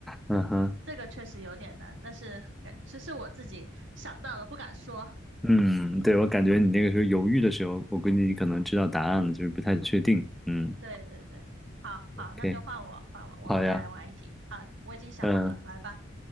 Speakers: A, in the centre; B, on the right.
A: 嗯哼，
B: 这个确实有点难，但是感这是我自己想到了不敢说。
A: 嗯，对，我感觉你那个时候犹豫的时候，我估计你可能知道答案了，就是不太确定。嗯
B: 对对对，好好，
A: ，OK，
B: 那就换我换我，我们再来玩一题啊！
A: 好呀，
B: 我已经想好了，
A: 嗯
B: 来吧。